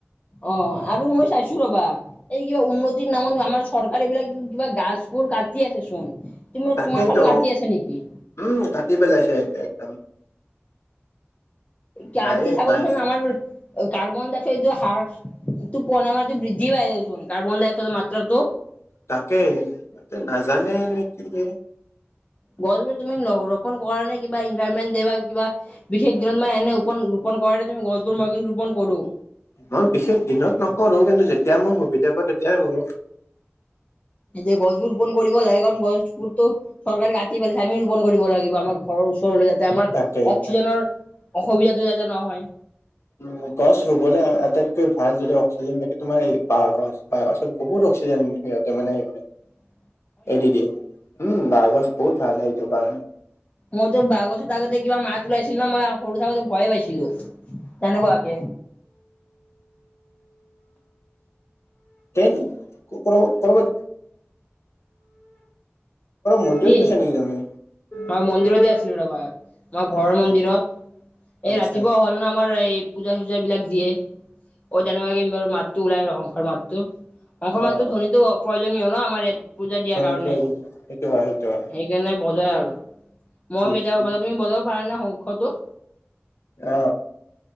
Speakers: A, on the left; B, on the left.
A: অ আৰু মই চাইছো ৰবা এই কিবা উন্নতিৰ নামন আমাৰ চৰকাৰী বিলাক কিবা গাছবোৰ কাটি আছে চোন তুমি
B: তাকেইতো
A: তোমাৰ ফালত কাটি আছে নেকি
B: উম কাটি পেলাইছে একদম
A: কাটি
B: নায়ে
A: থাকোতে
B: নাই
A: চোন আমাৰ কাৰ্বন ডাই অক্সাইডৰ হাৰটো প নমাৰটো বৃদ্ধি পাই দেচোন কাৰ্বন ডাই অকসাইডৰ মাত্ৰাটো
B: তাকে তে নাজানেই নে কি নে
A: গছবোৰ তুমি ৰোপন কৰা নে কিবা ইনভাইৰমেণ্ট দে বা কিবা বিশেষ দিনত মানে এনে ৰোপন ৰোপন কৰাতে তুমি গছবোৰ মই কিন্তু ৰোপন কৰো
B: মই বিশেষ দিনত নকৰো কিন্তু যেতিয়া মই সুবিধা পাও তেতিয়াই কৰো
A: যে গছবোৰ ৰোপন কৰিব লাগে কাৰণ গছবোৰতো চৰকাৰে কাটি পেলাইছে আমি ৰোপন কৰিব লাগিব আমাক ঘৰৰ ওচৰলৈ যাতে আমাৰ
B: তাকে
A: অক্সিজেনৰ
B: তাকে।
A: অসুবিধাটো যাতে নহয়
B: উ গছ ৰুবলৈ আটাইতকৈ ভাল যদি অক্সিজেন থাকে তোমাৰ এই বাঁহ গছ বাহ গছত বহুত অক্সিজেন সিহঁতে মানে সেই
A: উ
B: ক এদিগি উম বাঁহগছ বহুত ভাল ল এইটো কাৰণে
A: মইতো বাঁহগছত আগতে কিবা মাত ওলাইছিল ন মই সৰু থাকোতে ভয়ে পাইছিলো তেনেকোৱাকে
B: দেন ওপৰৰ কল মন্দিৰ
A: কি
B: গৈছ নেকি তুমি
A: মই মন্দিৰতে আছিলো ৰবা আমাৰ ঘৰৰ
B: আচ্ছা
A: মন্দিৰত এই
B: আচ্ছা
A: ৰাতিপুৱা হ'ল ন আমাৰ এই পূজা চূজা বিলাক দিয়ে অ তেনেকোৱাকে বাৰু মাতটো ওলাই শংসৰ মাতটো শংসৰ
B: অ
A: মাতটো ধ্বনিতো অ প্ৰয়োজনীয় ন আমাৰ ইয়াত পূজা দিয়াৰ
B: সেইটো
A: কাৰণে
B: হয় সেইটো হয়
A: সেইকাৰণে বজাই আৰু মইয়ো
B: ঠিক
A: কেতিয়াবা
B: ঠিক
A: বজাই তুমি বজাব পাৰা নে শংখটো
B: অ